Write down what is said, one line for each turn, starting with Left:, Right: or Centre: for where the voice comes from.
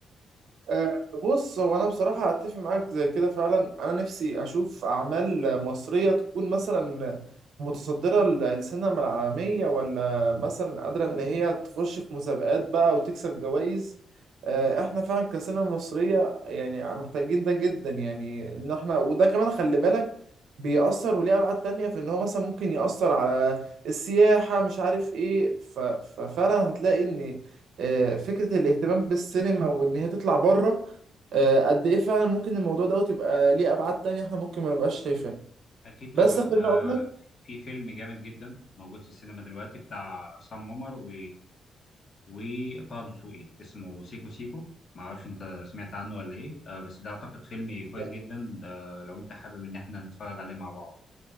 Right: أه، بص هو انا بصراحه اتفق معاك زي كده فعلا انا نفسي اشوف اعمال مصريه تكون مثلا متصدره السينما العالميه ولا مثلا قادره ان هي تخش في مسابقات بقى وتكسب جوائز أه، احنا فعلا كسينما مصريه يعني محتاجين ده جدا يعني ان احنا وده كمان خلي بالك بيأثر وليه ابعاد تانية في ان هو مثلا ممكن يأثر على السياحه مش عارف ايه ف- ففعلا هتلاقي ان آه، فكرة الاهتمام بالسينما وإن هي تطلع بره آه، قد إيه فعلا ممكن الموضوع دوت يبقى ليه أبعاد تانية إحنا ممكن ما نبقاش شايفينها
Left: اكيد طبعا
Right: بس خليني
Left: آه
Right: أقول لك
Left: في في فيلم جامد جدا موجود في السينما دلوقتي بتاع عصام عمر و وطه دسوقي اسمه سيكو سيكو معرفش انت سمعت عنه ولا ايه آه بس ده اعتقد فيلم كويس
Right: <laughs>
Left: جدا ده لو انت حابب ان احنا نتفرج عليه مع بعض